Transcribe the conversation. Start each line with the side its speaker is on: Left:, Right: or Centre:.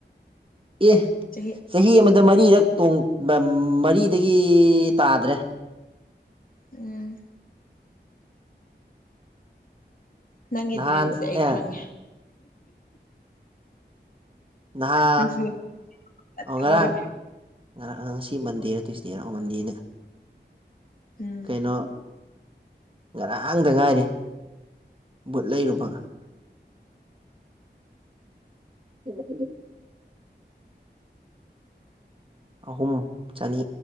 Right: ꯑꯦ
Left: ꯆꯍꯤ
Right: ꯆꯍꯤ ꯑꯃꯗ ꯃꯔꯤꯔꯛ ꯇꯣꯡꯕ ꯃꯔꯤꯗꯒꯤ ꯇꯥꯗ꯭ꯔꯦ꯫
Left: ꯎꯝ꯫ ꯅꯪꯒꯤ
Right: ꯅꯍꯥꯟ
Left: ꯗ꯭ꯔꯤꯝꯁꯦ ꯑꯩ
Right: ꯑꯦ
Left: ꯈꯪꯉꯦ꯫
Right: ꯅꯍꯥ
Left: ꯅꯪꯁꯨ ꯌꯥꯝ
Right: ꯑꯣ
Left: ꯈꯪꯕꯒ
Right: ꯉꯔꯥꯡ ꯉꯔꯥꯡ ꯉꯁꯤ ꯃꯟꯗꯦꯔ ꯇ꯭ꯌꯨꯁꯗꯦꯔ ꯑꯣ ꯃꯟꯗꯦꯅꯦ꯫
Left: <inaudible>
Right: ꯅꯣ ꯉꯔꯥꯡꯗ ꯉꯥꯏꯔꯤ ꯕꯨꯠ ꯂꯩꯔꯨꯕ꯫ <inaudible> ꯑꯍꯨꯝ ꯆꯅꯤ꯫